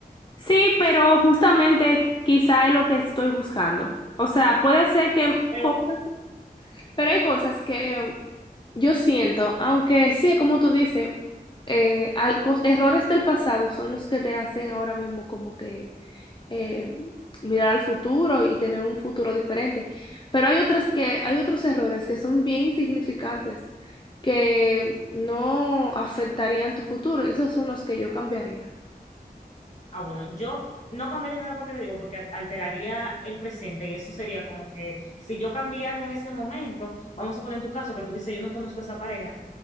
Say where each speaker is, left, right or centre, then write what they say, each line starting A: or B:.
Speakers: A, on the left (about 30°); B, on the left (about 45°).
A: Sí, pero justamente quizá es lo que estoy buscando. O sea, puede ser que
B: Pero,
A: cosas, pero hay cosas que yo siento, aunque sí, como tú dices, eh, al- cos- errores del pasado son los que te hacen ahora mismo como que eh, mirar al futuro y tener un futuro diferente. Pero hay otras que, hay otros errores que son bien insignificantes, que no afectarían tu futuro, y esos son los que yo cambiaría.
B: ah, bueno, yo no cambiaría nada porque te digo, porque alteraría el presente y eso sería como que si yo cambié algo en ese momento, vamos a poner en tu caso que tú dices, yo no conozco a esa pareja,